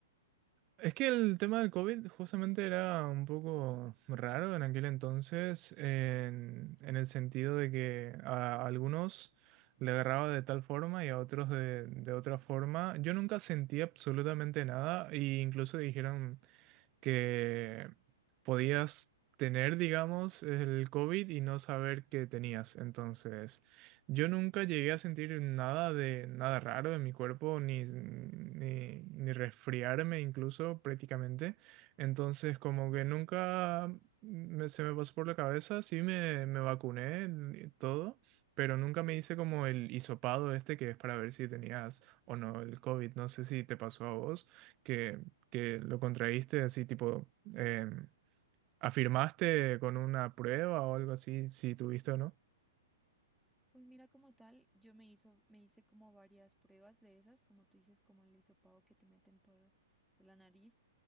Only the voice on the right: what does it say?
Es que el tema del COVID justamente era un poco raro en aquel entonces, en, en el sentido de que a algunos le agarraba de tal forma y a otros de, de otra forma. Yo nunca sentí absolutamente nada e incluso dijeron... que podías tener, digamos, el COVID y no saber que tenías. Entonces, yo nunca llegué a sentir nada de nada raro en mi cuerpo, ni, ni, ni resfriarme incluso prácticamente. Entonces, como
que nunca me- se me pasó por la cabeza, sí me, me vacuné y todo. Pero nunca me hice como el hisopado este que es para ver si tenías o no el COVID. No sé si te pasó a vos que que lo contraíste, así tipo, em, afirmaste con una prueba o algo así, si tuviste o no.